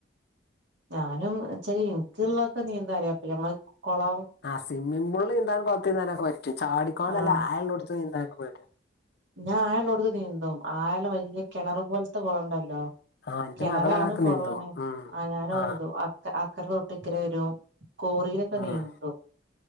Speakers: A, on the right (about 70°); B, on the left (about 55°).
A: ഞാനുംച്ചാല് ഇൻക്ക്ള്ളൊക്കെ നീന്താനറിയ അപ്പ ഞമ്മല് കൊളവും
B: ആഹ് സ്വിമ്മിംഗ് പൂളിൽ നീന്താനും കൊളത്തിനീന്താനൊക്കെ പറ്റും ചാടിക്കോണ്ടല്ല
A: ആഹ്
B: ആയള്ളോട്ത് നീന്താനൊക്കെ പേടിയാ
A: ഞാൻ അയള്ളോട്ത്ത് നീന്തും അയള്ള വല്ല്യ കിണറു പോലത്തെ കൊളണ്ടല്ലോ
B: ആ എന്റെ
A: കിണറാണ്
B: മകൾ അങ്ങനൊക്കെ
A: കൊളാണ്
B: നീന്തും ഉം
A: അങ്ങേ ഞാനത്
B: ആ
A: നീന്തും അക്ക അക്കര തൊട്ട് ഇക്കരെ വരും കോറിയിലൊക്കെ
B: ഉം
A: നീന്തും